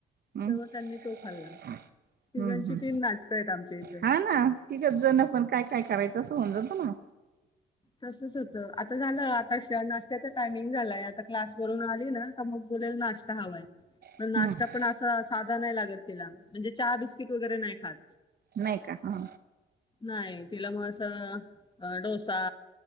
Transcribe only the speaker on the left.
तेव्हा
त्यांनी तो खाल्ला तिघांची
तीन नाटकं आहेत आमच्या इथं
तसच होत आता झालं तशा नाश्त्याच टायमिंग झालाय आता क्लासवरून आली ना तर मग बोलेल नाश्ता हवाय. मण
नाश्ता पण असा साधा नाही लागत तिला म्हणजे चहा बिस्किट वगैरे नाही खात.
नाही तिला म असं. अ डोसा ता